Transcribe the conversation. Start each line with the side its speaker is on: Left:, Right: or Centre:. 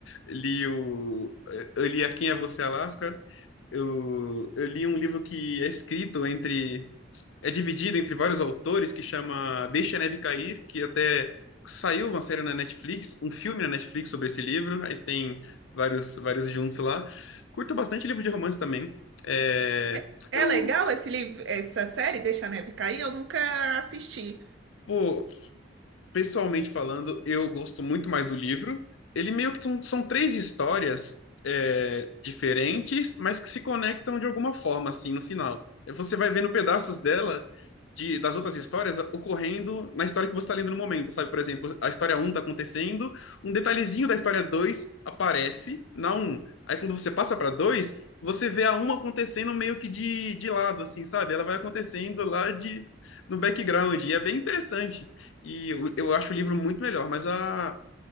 Left: Li o, eh, eu li A Quem é Você, Alaska. Eu, eu li um livro que é escrito entre é dividida entre vários autores que chama Deixe a Neve Cair, que até saiu uma série na Netflix, um filme na Netflix sobre esse livro, aí tem vários vários juntos lá. Curto bastante livro de romance também. É,
Right: É é
Left: eu,
Right: legal esse livro, essa série, Deixa a Neve Cair? Eu nunca assisti.
Left: pô, pessoalmente falando, eu gosto muito mais do livro. Ele meio que são, são três histórias é, diferentes, mas que se conectam de alguma forma, assim, no final. Você vai vendo pedaços dela, de, das outras histórias, ocorrendo na história que você está lendo no momento, sabe? Por exemplo, a história um está acontecendo, um detalhezinho da história 2 aparece na um Aí quando você passa para 2 você vê a um acontecendo meio que de, de lado, assim, sabe? Ela vai acontecendo lá de, no background, e é bem interessante. E eu, eu acho o livro muito melhor, mas a,